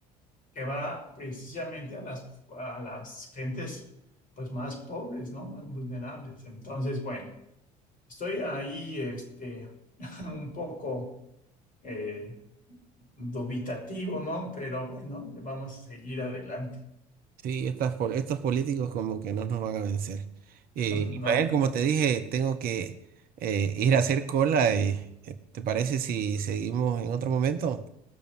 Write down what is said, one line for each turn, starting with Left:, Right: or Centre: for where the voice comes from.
Left: que va precisamente a las, a las gentes pues más pobres, ¿no? Más vulnerables. Entonces, bueno. Estoy ahí, este, <laughs> un poco eh, dubitativo, ¿no? Pero bueno, vamos a seguir adelante.
Right: Sí, estas, pol- estos políticos como que no nos van a vencer. Eh,
Left: <laughs> No,
Right: Ismael, como te dije, tengo que eh, ir a hacer cola y eh, ¿te parece si seguimos en otro momento?